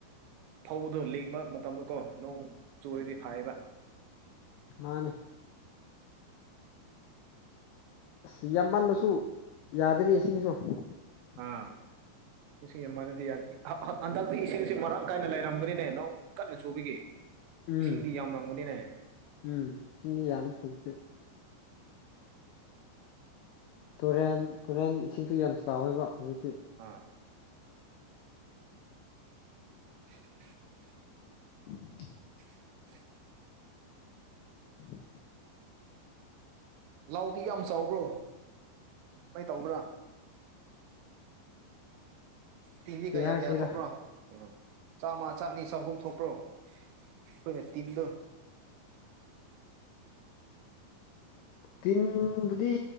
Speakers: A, on the right (about 80°); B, on the left (about 90°).
A: ꯐꯧꯗꯣ ꯂꯤꯡꯕ ꯃꯇꯝꯗꯀꯣ ꯅꯣꯡ ꯆꯨꯨꯔꯗꯤ ꯐꯥꯏꯌꯦꯕ
B: ꯃꯥꯅꯦ ꯑꯁ ꯌꯥꯝꯃꯜꯂꯁꯨ ꯌꯥꯗꯦꯅꯦ ꯏꯁꯤꯡꯁꯨ <inaudible>
A: ꯑꯥ ꯏꯁꯤꯡ ꯌꯥꯝꯃꯜꯂꯗꯤ ꯌꯥꯗꯦ ꯍꯟꯗꯛꯇꯤ ꯏꯁꯤꯡꯁꯤ ꯃꯔꯥꯡ ꯀꯥꯏꯅ ꯂꯩꯔꯝꯒꯅꯤꯅꯦ ꯅꯣꯡ ꯀꯟꯅ ꯆꯨꯕꯤꯒꯦ
B: ꯎꯝ
A: ꯏꯁꯤꯡꯗꯤ ꯌꯥꯝ ꯅꯪꯕꯅꯤꯅꯦ
B: ꯎꯝ ꯏꯁꯤꯡꯗꯤ ꯌꯥꯝꯃꯦ ꯍꯧꯖꯤꯛꯇꯤ ꯇꯨꯔꯦꯟ ꯇꯨꯔꯦꯟ ꯏꯁꯤꯡꯁꯨ ꯌꯥꯝ ꯆꯥꯎꯋꯦꯕ ꯍꯧꯖꯤꯛꯇꯤ
A: ꯑꯥ <unintelligible>
B: <inaudible>
A: <unintelligible>
B: <inaudible>
A: ꯂꯧꯗꯤ ꯌꯥꯝ ꯆꯥꯎꯕ꯭ꯔꯣ ꯀꯃꯥꯏ ꯇꯧꯕ꯭ꯔꯥ ꯇꯤꯟꯗꯤ
B: ꯀꯩ
A: ꯀꯌꯥ
B: ꯍꯥꯏꯁꯤꯔꯥ
A: ꯀꯌꯥ ꯊꯣꯛꯄ꯭ꯔꯣ ꯎꯝ ꯆꯥꯝꯃ ꯆꯥꯅꯤ ꯆꯍꯨꯝ ꯊꯣꯛꯄ꯭ꯔꯣ ꯑꯩꯈꯣꯏꯅ ꯇꯤꯟꯗꯣ
B: ꯇꯤꯟꯗꯨꯗꯤ